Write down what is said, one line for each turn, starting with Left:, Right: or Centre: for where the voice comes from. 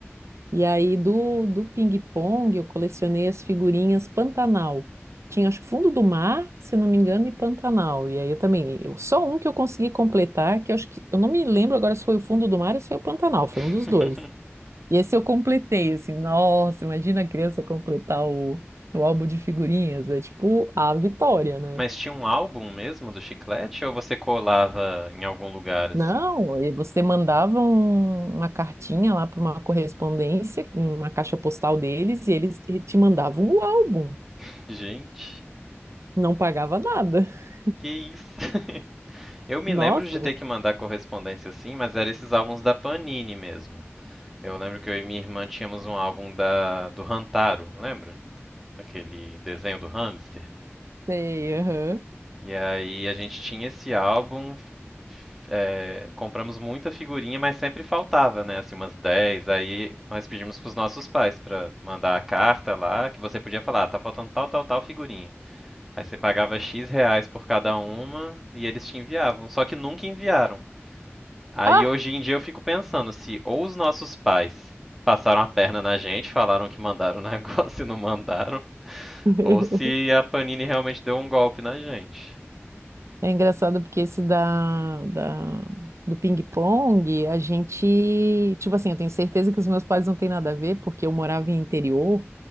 Right: E aí do, do Ping Pong eu colecionei as figurinhas Pantanal. Tinha, acho que Fundo do Mar, se não me engano, e Pantanal. E aí eu também, eu, só um que eu consegui completar, que eu acho que, eu não me lembro agora se foi o Fundo do Mar ou se foi o Pantanal, foi
Centre: <laughs>
Right: um dos dois. E esse eu completei, assim, nossa, imagina a criança completar o, o álbum de figurinhas, é tipo a vitória, né?
Centre: Mas tinha um álbum mesmo do chiclete ou você colava em algum lugar assim?
Right: Não, e você mandava um- uma cartinha lá para uma correspondência, uma caixa postal deles, e eles te te mandavam o álbum,
Centre: <laughs> Gente,
Right: não pagava nada. <laughs>
Centre: que isso? <laughs> Eu me
Right: Nossa,
Centre: lembro de ter que mandar correspondência assim, mas eram esses álbuns da Panini mesmo. Eu lembro que eu e minha irmã tínhamos um álbum da do Rantaro, lembra? Aquele desenho do hamster.
Right: sei, aham.
Centre: E aí a gente tinha esse álbum, é, compramos muita figurinha, mas sempre faltava, né? Assim, umas 10. Aí nós pedimos pros nossos pais pra mandar a carta lá, que você podia falar, "Ah, tá faltando tal, tal, tal figurinha. Aí você pagava X reais por cada uma e eles te enviavam. Só que nunca enviaram. Aí
Right: Ah!
Centre: hoje em dia eu fico pensando se ou os nossos pais passaram a perna na gente, falaram que mandaram o negócio <laughs> e não mandaram,
Right: <laughs>
Centre: ou se a Panini realmente deu um golpe na gente.
Right: É engraçado porque esse da, da- do ping-pong, a gente, tipo assim, eu tenho certeza que os meus pais não têm nada a ver, porque eu morava em interior